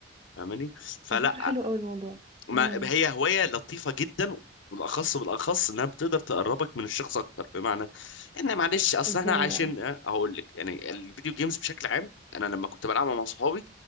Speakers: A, on the left (about 70°); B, on the right (about 25°).
A: فاهماني فلا
B: على فكرة حلو قوي الموضوع
A: ما
B: امم
A: هي هواية لطيفة جدا بالأخص بالأخص إنها بتقدر تقربك من الشخص أكتر بمعنى إن معلش أصل
B: ازاي
A: إحنا عايشين
B: بقى
A: أه، هقول لك يعني الفيديو جيمز بشكل عام أنا لما كنت بلعبها مع صحابي